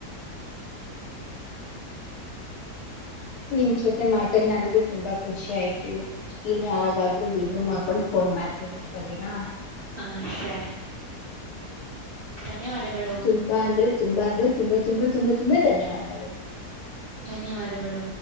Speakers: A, on the left; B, on the right.
A: ನಿಮ್ಮ ಜೊತೆ ಮಾತಾಡ್ ನನ್ಗು ತುಂಬಾ ಖುಷಿ ಆಯ್ತು ಇನ್ನು ಯಾವಾಗಾದ್ರೂ ಬಿಡು ಮಾಡ್ಕೊಂಡು ಫೋನ್ ಮಾಡ್ತೀನಿ ಸರಿನಾ
B: ಆ ಸರಿ ಧನ್ಯವಾದಗಳು
A: ತುಂಬಾ ಅಂದ್ರೆ ತುಂಬಾ ಅಂದ್ರೆ ತುಂಬಾ ತುಂಬಾ ತುಂಬಾ ತುಂಬಾ ಧನ್ಯವಾದಗಳು
B: ಧನ್ಯವಾದಗಳು